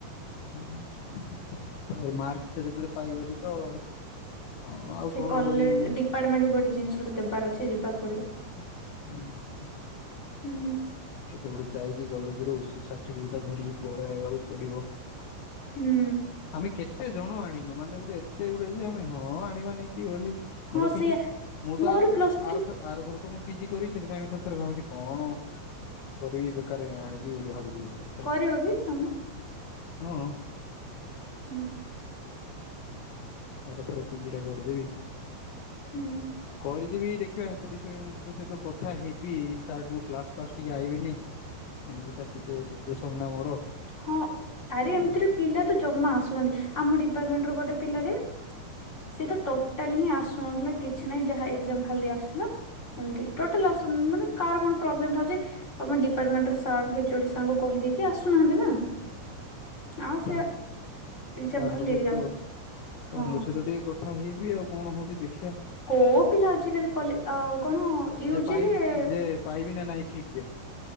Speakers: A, on the left; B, on the left.
A: ତାପରେ ମାର୍କସିଟ ଟା ଯେତେବେଳେ ପାଇଗଲି ତ। ହଁ ଆଉ
B: ସେ
A: କଣ
B: କଲେଜ
A: କରିବି।
B: ଡିପାର୍ଟମେଣ୍ଟ କୁ ଗୋଟେ ଜିନିଷ ଗୋଟେ ଦେବାର ଅଛି ଯିବାକୁ ପଡିବ।
A: ହୁଁ।
B: ହୁଁ
A: କେବେ ଗୋଟେ ଯାଇକି କଲେଜ ରୁ ସେ ସାର୍ଟିଫିକେଟା ଧରିକି ପଳେଇ ଆଇବାକୁ ପଡିବ।
B: ହୁଁ
A: ଆମେ କେ ଏତେ ଜଣ ଆଣିନୁ ମାନେ ଏତେ ଗୁଡେ ଯେ ଆମେ ହଁ ଆଣିବା ନେଇକି ବୋଲି।
B: ହଁ
A: ମୁଁ ତ ପିଜି
B: ସେଇଆ
A: ମୁଁ ତ
B: ମୋର ପ୍ଲସ୍ ଥ୍ରୀ
A: ଆରଥର ତ ମୁଁ ପିଜି କରି ସେଥିପାଇଁ ଥରେ ଥରେ ଭାବୁଛି। କଣ
B: ର। <unintelligible>
A: କରିବି ବେକାରରେ ଆଣିବିବୋଲି ଭାବି ଦଉଛି ଥରେ।
B: କରିବ କି ତମେ।
A: ହଁ।
B: ହୁଁ।
A: ଆରଥର ପିଜି ଟା କରିଦେବି।
B: ହୁଁ।
A: କରିଦେବି ଦେଖିବା ଚୁଡ଼ି ଙ୍କ ସହିତ କଥା ହେବି ସାର୍ ମୁଁ କ୍ଲାସ ଫ୍ ଗାଇବିନି ବିନି ଏମତି ସାର ଟିକେ ଶୀଚୁଏସନ ଟା ମୋର
B: ହଁ ଆରେ
A: ଆଉ।
B: ଏମିତିରେ ପିଲା ଜମା ଆସୁନ୍ତି ଆମ ଡିପାର୍ଟମେଣ୍ଟ ଗୋଟେ ପିଲାଟେ ସି ତ ଟୋ ଟେଟାଲିହିଁ ଆସୁନଥିଲା କିଛି ନହିଁ ଯାହା ଏଜାମ ଖାଲି ଦେଇଆସୁଥିଲା। ଏମିତି ଟୋଟାଲ ଆସୁ ମାନେ କାହାର କଣ ପ୍ରୋବ୍ଲେମ ବାହାରୁଛି ତମେଡିପାର୍ଟମେଣ୍ଟାର୍ ସାର୍ ଏଚୋଡି ସା କହିଦେଇକି ଆସୁନାହାନ୍ତି ନା।
A: ହ। <unintelligible>
B: ଆଉ
A: ସାର୍
B: ସେ ଏକ୍ଜାମ
A: ସାର
B: ଖାଲି ଦେଇକି
A: ସହିତ
B: ଯାଉ
A: ସାରସହିତ
B: ହଁ।
A: ଟିକେ କ କଥା ହେଇବି ଆଉ କଣ ହଉଛି। ଦେଖିବା।
B: କୋଉ ପିଲା ଆଜି କାଲି କଲେ କଣ ୟୂଜିରେ।
A: ଯେ ପାଇବି ଯେ ପାଇବି ନା ନାହିଁ ସିଟ ଯେ।